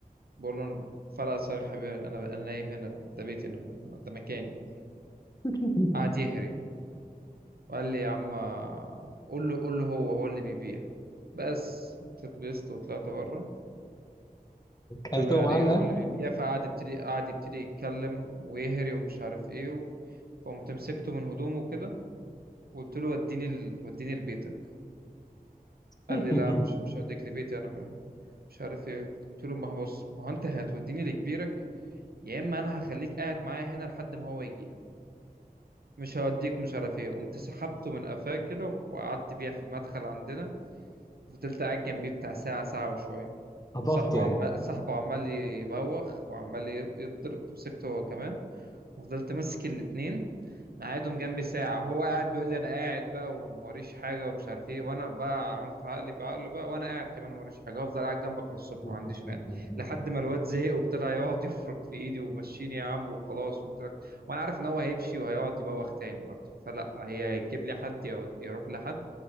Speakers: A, on the right; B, on the left.
A: بقول له انا فرقع صريخ يا حبيبي انا انا نايم هنا ده بيتي انا أنا- ده مكاني
B: <laughs>
A: قعد يهري وقال لي يا عم قول له قول له هو هو اللي بيبيع بس اتلبست وطلعت بره
B: كلتهم
A: قلت له يعني
B: علقه
A: ايه هو اللي بيبيع فقعد يبتدي قعد يبتدي يتكلم ويهري ومش عارف ايه و... فقمت مسكته من هدومه كده وقلت له وديني ال... وديني لبيتك
B: <laughs>
A: قال لي لا مش مش هوديك لبيتي انا م- مش عارف ايه قلت له ما هو بص ما هو انت هتوديني لكبيرك يا اما انا هخليك قاعد معايا هنا لحد ما هو يجي مش هوديك ومش عارف ايه قمت سحبته من قفاه كده وقعدت بيها في المدخل عندنا فضلت قاعد جنبيه بتاع ساعة ساعة وشوية
B: هضفته
A: صاحبه عمال
B: يعني
A: صاحبه عمال يبوخ وعمال يضرب مسكته هو كمان وفضلت ماسك الاتنين مقعدهم جنبي ساعة وهو قاعد بيقول لي أنا قاعد بقى وموريش حاجة ومش عارف إيه وأنا بقى عملت عقلي بعقله بقى وأنا قاعد كمان موريش حاجة هفضل قاعد جنبك للصبح
B: <laughs>
A: ما عنديش مانع لحد ما الواد زهق وابتدى يقعد يفرك في إيدي ومشيني يا عم وخلاص قلت لك وأنا عارف إن هو هيمشي وهيقعد يبوخ تاني برضه فلا هي هتجيب لي حد يقعد- يروح لحد